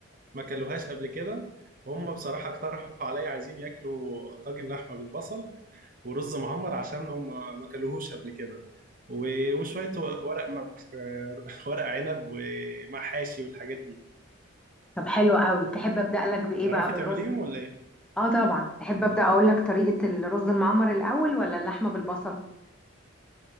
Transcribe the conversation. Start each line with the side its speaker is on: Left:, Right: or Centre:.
Right: ما كلوهاش قبل كده وهم بصراحه اقترحوا عليا عايزين ياكلوا طاجن لحمه بالبصل ورز معمر عشان هم ما كلوهوش قبل كده و- وشويه ورق <laughs> ورق عنب ومحاشي والحاجات دي
Centre: طب حلو قوي تحب أبدأ لك بإيه
Right: تعرفي
Centre: بقى بالرز
Right: تعمليهم ولا ايه؟
Centre: اه طبعا تحب أبدأ أقول لك طريقة الرز المعمر الأول ولا اللحمة بالبصل